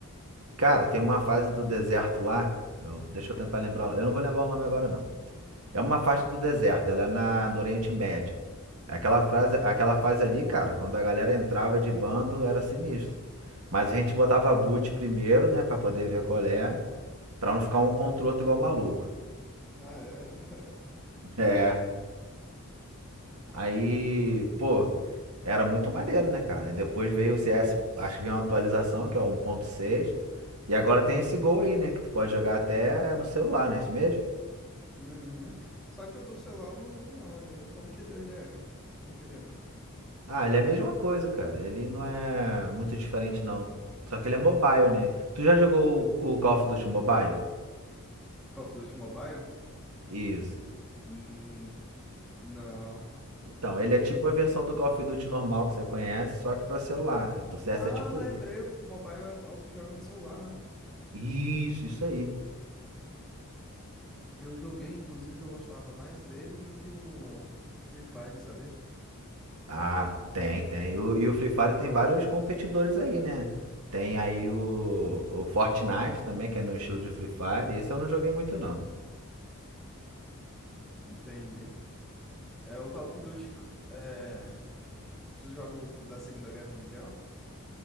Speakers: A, on the right (about 75°); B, in the centre.
A: Cara, tem uma fase do deserto lá, eu- deixa eu tentar lembrar, eu não vou lembrar o nome agora não. É uma fase do deserto, ela é na, no Oriente Médio. Aquela frase, aquela fase ali, cara, quando a galera entrava de bando, era sinistro. Mas a gente botava boot primeiro, né, Pra poder ver qual é, pra não ficar um contra o outro igual maluco.
B: Ah, é. <laughs>
A: É. Aí, pô, era muito maneiro, né, cara? Depois veio o CS, acho que veio uma atualização, que é o 1.6. E agora tem esse gol aí, né? Que tu pode jogar até no celular, não é isso mesmo?
B: Uhum. Só que o do celular eu não vi não ainda. Como que ele é? Como que ele é?
A: Ah, ele é a mesma coisa, cara. Ele não é muito diferente, não. Só que ele é mobile, né? Tu já jogou o o Call of Duty Mobile?
B: Call of Duty Mobile?
A: Isso.
B: Hum, não.
A: Então, ele é tipo a versão do Call of Duty normal que você conhece, só que pra celular. Então, o CS
B: Ah,
A: é tipo
B: lembrei.
A: isso.
B: O mobile é, é o que joga no celular, né?
A: Isso, isso aí.
B: Eu joguei, inclusive, eu gostava mais dele do que o Free Fire, sabia?
A: Ah, tem, tem. O- e o Free Fire tem vários competidores aí, né? Tem aí o, o Fortnite também, que é no estilo de Free Fire. Esse eu não joguei muito, não.
B: Entendi. É o Call of Duty. É... Tu joga o da Segunda Guerra Mundial?